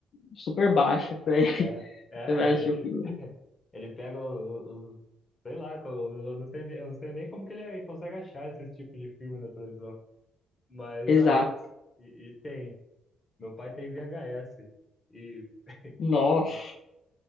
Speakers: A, on the left (about 60°); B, on the left (about 25°).
A: super baixa, <laughs> pra você
B: É, é,
A: vai
B: ele,
A: assistir
B: ele,
A: o filme.
B: <laughs> ele pega os, sei lá, co- eu não sei, nem- eu não sei nem como que ele, ele consegue achar esse tipo de filme na televisão, mas
A: Exato.
B: acha. E, e tem. Meu pai tem VHS e, <laughs>
A: Nossa,
B: e